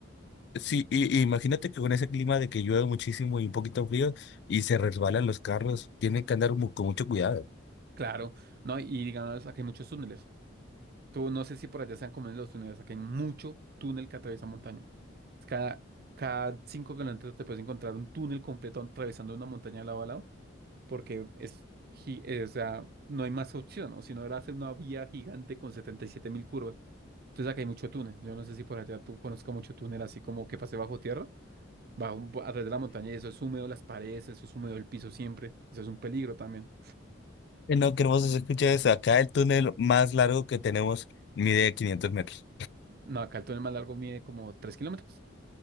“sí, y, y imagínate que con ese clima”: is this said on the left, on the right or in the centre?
Left